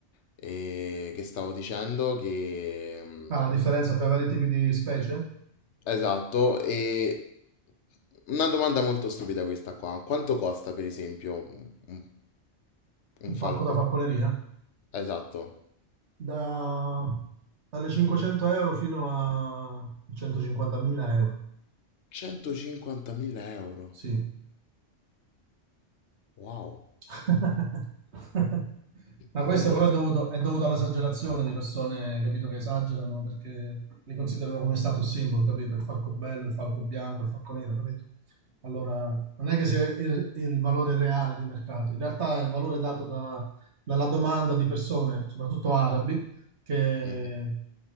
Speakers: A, on the left; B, on the right.
A: E che stavo dicendo che...
B: Ah, la differenza tra i vari tipi di specie?
A: Esatto, e una domanda molto stupida questa qua. Quanto costa per esempio un, un-
B: Un
A: un falco?
B: falco da falconeria?
A: Esatto,
B: Da... Dalle 500 euro fino a 150.000 euro.
A: 150.000 euro.
B: Sì,
A: Wow,
B: <laughs> Ma
A: non
B: questo
A: me
B: però
A: l'aspettavo.
B: è dovuto, è dovuto all'esagerazione di persone, capito, che esagerano perché li considerano come status symbol, capito? Il falco bello, il falco bianco, il falco nero, capito? Allora, non è che sia il, il valore reale di mercato, in realtà è il valore dato da- dalla domanda di persone, soprattutto arabi, che
A: Mhm.